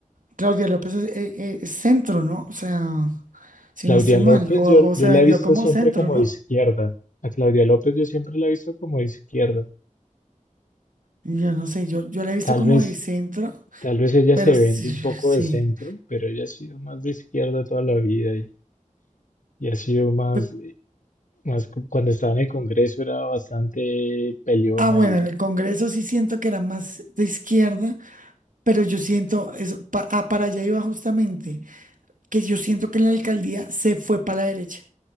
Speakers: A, on the right; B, on the left.
A: Claudia López es, eh, eh, centro, ¿no? O sea, si
B: Claudia
A: no estoy
B: López,
A: mal, o,
B: yo,
A: o se
B: yo la
A: vendió
B: he visto
A: como
B: siempre
A: centro,
B: como
A: ¿no?
B: de izquierda. A Claudia López yo siempre la he visto como de izquierda.
A: Yo no sé, yo, yo la he visto
B: Tal
A: como
B: vez
A: de centro,
B: Tal vez ella
A: pero
B: se
A: sí,
B: vende un poco
A: sí.
B: de centro, pero ella ha sido más de izquierda toda la vida y, y ha sido más,
A: Pe-
B: más, cu- cuando estaba en el Congreso era bastante peleona
A: Ah, bueno,
B: y,
A: en el Congreso sí siento que era más de izquierda, pero yo siento, eso, pa- ah, para allá iba justamente, que yo siento que la alcaldía se fue para la derecha.